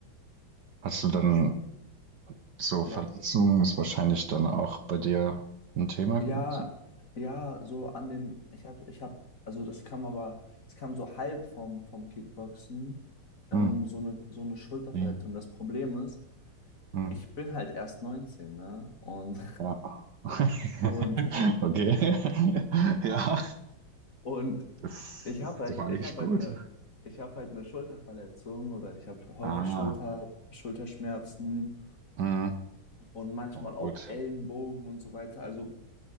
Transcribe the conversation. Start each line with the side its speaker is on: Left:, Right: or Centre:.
Right: Hast du dann
Left: schw-
Right: So, Verletzungen
Left: ja,
Right: ist wahrscheinlich dann auch bei dir ein Thema
Left: ja,
Right: gewesen.
Left: ja, so an den, ich hab, ich hab, also das kam aber, es kam so halb vom, vom Kickboxen, ähm,
Right: Hm,
Left: so eine, so eine Schulterverletzung.
Right: wie?
Left: Das Problem ist,
Right: Hm,
Left: ich bin halt erst neunzehn ne? Und,
Right: ja. <laughs>
Left: <laughs> und,
Right: Okay. <laughs> Ja.
Left: und
Right: Das
Left: ich habe
Right: ist
Left: halt,
Right: doch eigentlich
Left: ich habe
Right: gut.
Left: halt eine, ich habe halt eine Schulterverletzung oder ich habe häufig
Right: Ah,
Left: Schulter, Schulterschmerzen
Right: hm.
Left: und manchmal
Right: Oh, gut.
Left: auch Ellenbogen und so weiter. Also